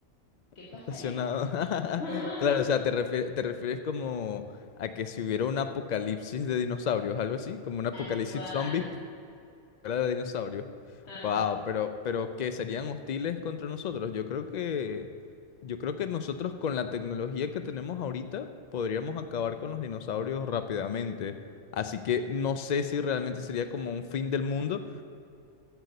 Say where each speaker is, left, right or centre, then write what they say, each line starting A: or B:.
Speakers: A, on the left (about 55°); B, on the left (about 80°).
A: ¿Qué pasaría?
B: Estacionado. <laughs>
A: <laughs>
B: Claro, o sea, te refie- te refieres como a que si hubiera un apocalipsis de dinosaurios, algo así, como un apocalipsis
A: Tal cual.
B: zombie. Era de dinosaurio.
A: Ajá.
B: Wow, pero, pero que serían hostiles contra nosotros. Yo creo que, yo creo que nosotros con la tecnología que tenemos ahorita podríamos acabar con los dinosaurios rápidamente. Así que no sé si realmente sería como un fin del mundo,